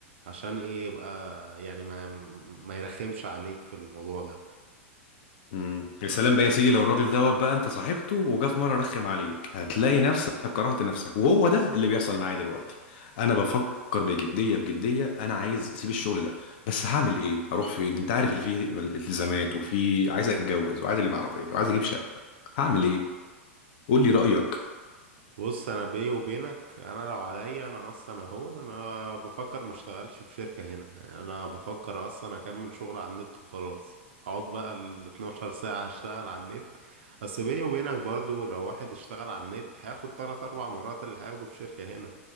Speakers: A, on the right; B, on the left.
A: عشان ايه يبقى يعني ما ما يرخمش عليك في الموضوع ده
B: امم يا سلام بقى يا سيدي لو الراجل دوت بقى انت صاحبته وجا في مره رخم عليك هتلاقي نفسك كرهت نفسك وهو ده اللي بيحصل معايا دلوقتي انا بفكر بجديه بجديه انا عايز اسيب الشغل ده بس هعمل ايه هروح فين انت عارف اللي فيه التزامات وفي عايز اتجوز وعايز اجيب عربيه وعايز اجيب شقه هعمل ايه قول لي رايك
A: بص انا بيني وبينك انا لو عليا انا اصلا اهو انا بفكر ما اشتغلش في شركة هنا يعني انا بفكر اصلا اكمل شغل على النت وخلاص اقعد بقى ال 12 ساعة اشتغل على النت بس بيني وبينك برضو لو واحد اشتغل على النت هياخد تلات اربع مرات اللي هياخده في شركة هنا